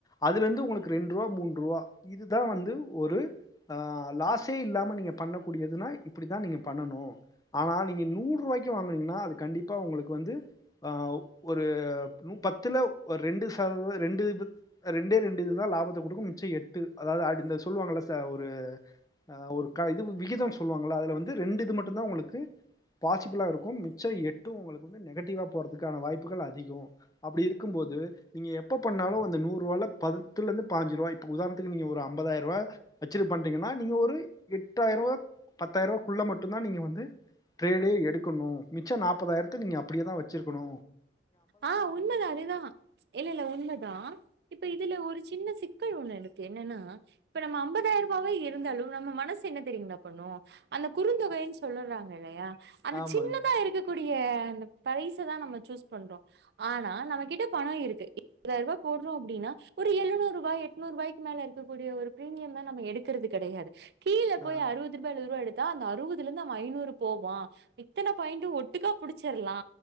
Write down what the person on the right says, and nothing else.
ஆஹ் உண்மைதா அதேதா இல்ல இல்ல உண்மைதா இப்ப இதுல ஒரு சின்ன சிக்கல் ஒண்ணு இருக்கு என்னன்னா இப்ப நம்ம அம்பதாயர்ரூபாவே இருந்தாலு நம்ம மனசு என்ன தெரியுங்களா பண்ணு அந்த குறுந்தொகைன்னு சொல்லறாங்க இல்லையா அந்த
சின்னதா இருக்கக் க்கூடிய அந்த ப்ரைஸதா நம்ம சூஸ் பண்றோ ஆனா நம்ம கிட்ட பணோ இருக்கு இருபதாயர்ரூபா போடுறோ அப்டின்னா ஒரு எழுநூறு ரூபா எட்நூறு ரூபாய்க்கு மேல இருக்கக்கூடிய ஒரு பிரீமியம்லா நம்ம எடுக்குறது கெடையாது கீழ போய்
அறுபது ரூபா எழுபது ரூபா எடுக் த்தா அந்த அறுபதுல இருந்து அவ ஐநூறு போவா இத்தன பாயிண்டு ஒட்டுக்கா பிடிச்சிரலா